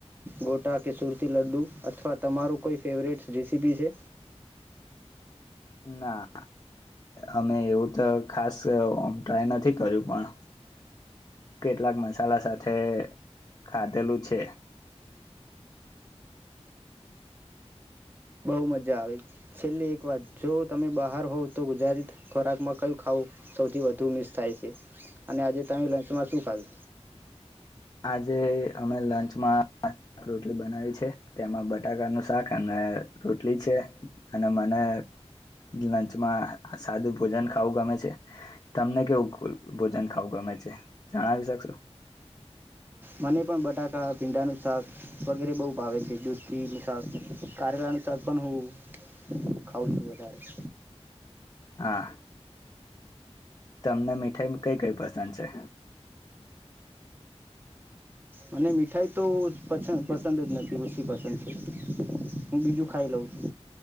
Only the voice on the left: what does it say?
ના અમે એવું તો ખાસ ટ્રાય નથી કર્યું પણ કેટલાક મસાલા સાથે ખાધેલું છે.
આજે અમે લંચમાં. આક રોટલી બનાવી છે તેમાં બટાકાનું શાક અને. હ. રોટલી છે અને મને લંચમાં સાદું. ભોજન ખાવું ગમે છે તમને કેવુંલ. ભોજન ખાાવગ મે છે. તણાવ શકશો.
હા. તમને મીઠાઈ કઈ કઈ પસંદ છે.